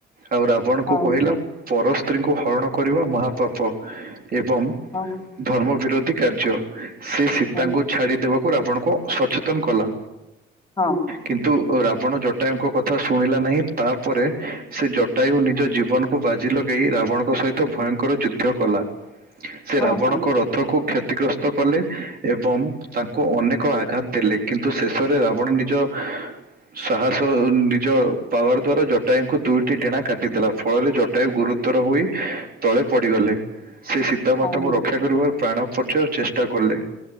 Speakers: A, on the right; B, on the left.
A: ଆଉ ରାବଣ
B: ହଁ
A: କ କହିଲା ପରସ୍ତ୍ରୀଙ୍କୁ ହରଣ କରିବା ମହାପାପ। ଏବଂ
B: ହଁ ହଁ।
A: ଧର୍ମ ବିରୋଧୀ କାର୍ଯ୍ୟ ସେ ସୀତାଙ୍କୁ
B: ହଁ
A: ଛାଡିଦବାକୁ ଆପଣଙ୍କୁ ସଚେତନ କଲା।
B: ହଁ
A: କିନ୍ତୁ ରାବଣ ଜଟାୟୁ ଙ୍କ କଥା ଶୁଣିଲା ନାହିଁ। ତା ପରେ ସେ ଜଟାୟୁ ନିଜ ଜୀବନକୁ ବାଜି ଲଗେଇ ରାବଣଙ୍କ ସହିତ ଭୟଙ୍କର ଯୁଦ୍ଧ କଲା। ସେ
B: ହଁ
A: ରାବଣଙ୍କ
B: ହଁ
A: ର ଥ କୁ କ୍ଷତିଗ୍ରସ୍ତ କଲେ ଏବଂ ତାଙ୍କୁ ଅନେକ ଆଘାତ ଦେଲେ କି ନ୍ତୁ ଶେଷରେ ରାବଣ ନିଜ ସାହସ ନିଜ ପାୱାର ଦ୍ଵାରା ଜ ଜଟାୟୁଙ୍କୁ ଦୁଇଟି ଡଣା କାଟିଦେଥିଲା ଫଳରେ ଜଟାୟୁ ଗୁରୁତର ହୋଇ ତଳେ ପଡିଗଲେ। ସେ ସୀତାମାତାଙ୍କୁ
B: ହଁ
A: ରକ୍ଷା କରିବାର ପ୍ରାଣ ପର୍ଯୟ ଚେଷ୍ଟା କଲେ।